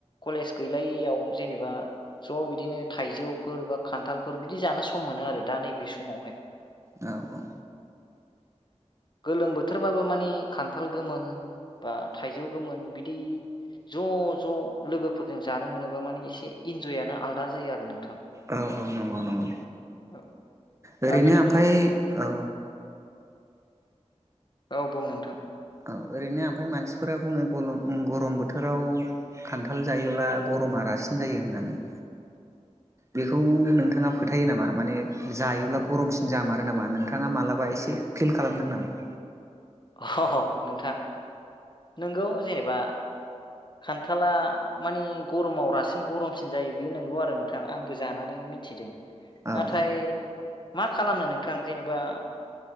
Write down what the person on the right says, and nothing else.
औ औ
औ औ नंगौ नंगौ
ओरैनो
ओमफाय औ
औ ओरैनो ओमफ्राय मानसिफोरा बुङो गलम उम गरम बोथोराव खान्थाल जायोब्ला गरमा बारासिन जायो होननानै
बेखौ नोंथाङा फोथायो नामा माने जायोब्ला गरमसिन जामारो नामा नोंथाङा मालाबा एसे फिल खालामदों नामा
औ
औ